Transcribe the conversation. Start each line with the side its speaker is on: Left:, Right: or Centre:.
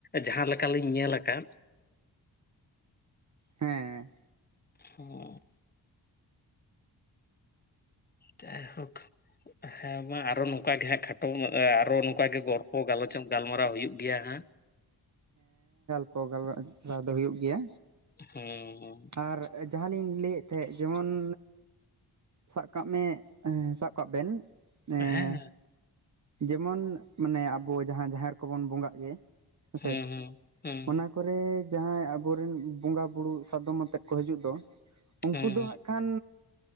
Left: ᱡᱟᱦᱟᱸ ᱞᱮᱠᱟ ᱞᱤᱧ ᱧᱮᱞ ᱟᱠᱟᱫ᱾
Right: ᱦᱮᱸ᱾
Left: ᱦᱚᱸ᱾ ᱡᱟᱭᱦᱳᱠ ᱦᱮᱸ ᱢᱟ ᱟᱨᱚ ᱱᱚᱝᱠᱟ ᱜᱮ ᱦᱟᱸᱜ ᱠᱷᱟᱴ ᱴᱚ ᱢᱮᱜ-ᱮ ᱟᱨᱚ ᱱᱚᱝᱠᱟ ᱜᱮ ᱜᱚᱨᱯᱚ ᱜᱟᱞᱚᱪ ᱜᱟᱞᱢᱟᱨᱟᱣ ᱦᱩᱭᱩᱜ ᱜᱮᱭᱟ ᱦᱟᱸᱜ᱾
Right: ᱠᱚ <unintelligible> ᱫᱚ ᱦᱩᱭᱩᱜ ᱜᱮᱭᱟ᱾
Left: ᱦᱩᱸ ᱦᱩᱸ᱾
Right: ᱟᱨ ᱡᱟᱦᱟᱸ ᱞᱤᱧ ᱞᱟᱹᱭᱮᱫ ᱛᱟᱦᱮᱸᱫ ᱡᱮᱢᱚᱱ ᱥᱟᱵ ᱠᱟᱜ ᱢᱮ, ᱮᱸ ᱥᱟᱵ ᱠᱟᱜ ᱵᱮᱱ ᱮᱸ
Left: ᱦᱮᱸ
Right: ᱡᱮᱢᱚᱱ ᱢᱟᱱᱮ ᱟᱵᱚ ᱡᱟᱦᱟᱸ ᱡᱟᱦᱮᱨ ᱠᱚᱵᱚᱱ ᱵᱚᱸᱜᱟᱜ ᱜᱮ, ᱦᱮᱸ
Left: ᱦᱩᱸ
Right: ᱥᱮ?
Left: ᱦᱩᱸ ᱦᱩᱸ
Right: ᱚᱱᱟ ᱠᱚᱨᱮ ᱡᱟᱦᱟᱸᱭ ᱟᱵᱚᱨᱮᱱ ᱵᱚᱸᱜᱟ ᱵᱩᱲᱩ ᱥᱟᱫᱚᱢ ᱟᱛᱮᱫ ᱠᱚ ᱦᱤᱡᱩᱜ ᱫᱚ, ᱩᱱᱠᱩ
Left: ᱦᱩᱸ
Right: ᱫᱚ ᱦᱟᱸᱜ ᱠᱷᱟᱱ